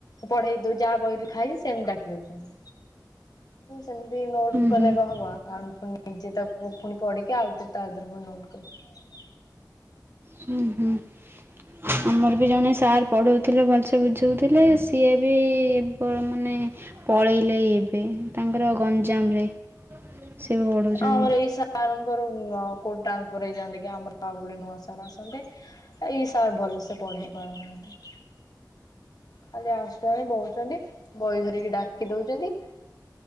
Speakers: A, on the left; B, on the right.
A: ପଢେଇ ଦଉ ଯାହା ବହିରେ ଖାଇଛି ସେମିତି ଡକି ଦଉଛନ୍ତି। ସେମତି ନୋଟ
B: ହୁଁ
A: କଲେ
B: ହୁଁ
A: ହବ ଆମେ ଫୁଣି ନିଜେ ତାକୁ ପୁଣି ପଢିକି ଆଉ ତ ତା ଦେହରେ ପ ନୋଟ କରୁ।
B: ହୁଁ ହୁଁ। ଆମ ଆମର ବି ଜଣେ ସାର୍ ପଢ଼ଉଥିଲେ ଭଲସେ ବୁଝାଉଥିଲେ ସିଏ ବି ମାନେ ପଳେଇଲେ ଏବେ ତାଙ୍କର ଗଞ୍ଜାମରେ। ସେ ପଢ଼ଉଛନ୍ତି
A: ଆ ଆମର ଏଇ ସାରଙ୍କରଉ କୋଟ ଟ୍ରାନ୍ସଫର୍ ହେଇଯାଆନ୍ତି କି ଆମର ଆଉ ଗୋଟେ ନୂଆ ସାର୍ ଆସନ୍ତେ ଏଇ ସାର୍ ଭଲସେ ପଢ଼େ ପାରୁନାହାନ୍ତି ଖାଲି ଆସୁଛନ୍ତି ବହୁଛନ୍ତି ବହି ଧରିକି ଡାକ ଡାକି ଦଉଛନ୍ତି।